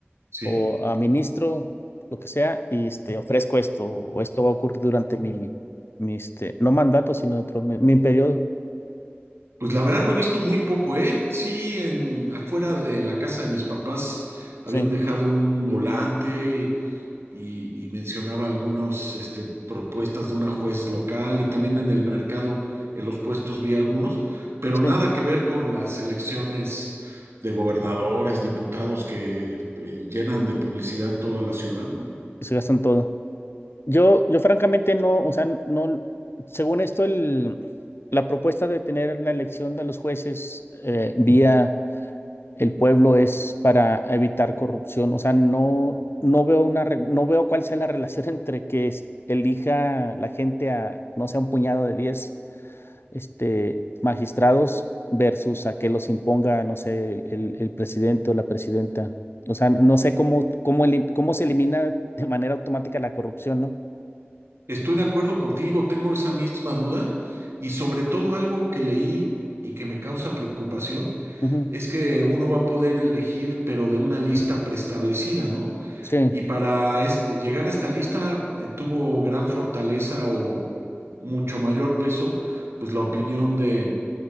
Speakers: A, on the right; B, on the left.
A: Sí.
B: o a ministro, lo que sea, y este, ofrezco esto, o esto va a ocurrir durante mi, mi este, no mandato, sino dentro de mi, mi periodo.
A: Pues la verdad lo he visto muy poco, ¿eh? Sí, en, afuera de la casa de mis papás habían
B: Sí,
A: dejado un volante y, y mencionaba algunas este, propuestas de una juez local y también en el mercado, en los puestos vi algunos, pero
B: sí,
A: nada que ver con las elecciones de gobernadores, diputados que eh, llenan de publicidad toda la ciudad, ¿no?
B: se gastan todo. Yo, yo francamente no, o sea, no, según esto, el, la propuesta de tener la elección de los jueces eh, vía el pueblo es para evitar corrupción. O sea, no, no veo una, re- no veo cuál sea la relación <laughs> entre que es- elija la gente a, no sé, un puñado de 10 este, magistrados versus a que los imponga, no sé, el, el presidente o la presidenta. O sea, no sé cómo, cómo, elim- cómo se elimina de manera automática la corrupción, ¿no?
A: Estoy de acuerdo contigo, tengo esa misma duda y sobre todo algo que leí y que me causa preocupación
B: Ujú.
A: es que uno va a poder elegir, pero de una lista preestablecida, ¿no?
B: Sí,
A: Y para es- llegar a esta lista eh, tuvo gran fortaleza o mucho mayor peso, pues la opinión de